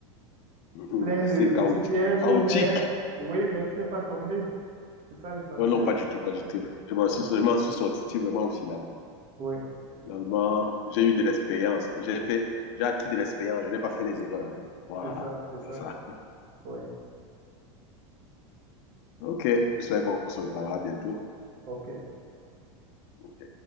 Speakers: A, on the left; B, on the right.
A: Mhm,
B: plein de
A: Assez
B: petits
A: chaotique.
B: pièges,
A: chaotique.
B: mais oui, mais tu n'es pas tombé. C'est ça l'essentiel.
A: Non, non, pas du tout, pas du tout. Je m'en
B: Oui,
A: suis, je m'en suis sorti vraiment au final.
B: oui,
A: Finalement, j'ai eu de l'expérience. J'ai fait, j'ai acquis de l'expérience. Je n'ai pas fait les erreurs. Voilà,
B: c'est ça, c'est
A: c'est
B: ça.
A: ça.
B: Oui,
A: OK. J'espère qu'on se reparlera bientôt.
B: ok.
A: OK.